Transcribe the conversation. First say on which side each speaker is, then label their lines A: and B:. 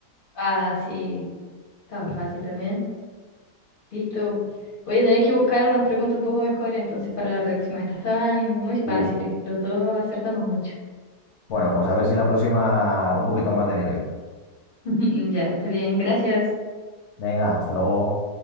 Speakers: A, on the left; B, on the left.
A: Ah, sí, está fácil también. Listo. Voy a tener que buscar unas preguntas un poco mejores entonces para la próxima. Estas estaban muy fáciles.
B: Sí.
A: Los dos acertamos mucho.
B: Bueno, pues a ver si la próxima un poquito más de nivel.
A: <laughs> Ya, está bien. Gracias.
B: Venga, hasta luego.